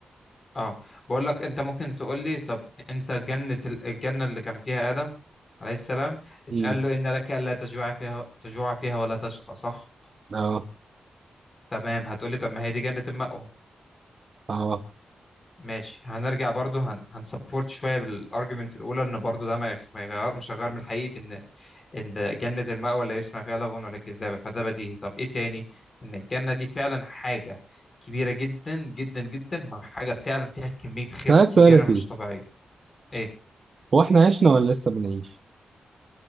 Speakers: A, on the left; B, on the right.
A: اه بقول لك انت ممكن تقول لي طب انت جنة ال- الجنة اللي كان فيها آدم عليه السلام اتقال
B: امم
A: له ان لك الا تجوع فيها تجوع فيها ولا تشقى صح
B: اه
A: تمام هتقول لي طب ما هي دي جنة المأوى
B: اه
A: ماشي هنرجع برضو هن... هنسبورت شوية بالارجيومنت الاولى ان برضو ده ما يغ- ما يغير مش هيغير من حقيقة ان ان جنة المأوى لا يسمع فيها لغو ولا كذابة فده بديهي طب ايه تاني ان الجنة دي فعلا حاجة كبيرة جدا جدا جدا مع حاجة فعلا فيها كمية خير
B: اسالك
A: كبيرة
B: سؤال يا سيدي
A: مش طبيعية ايه
B: هو احنا عشنا ولا لسه بنعيش؟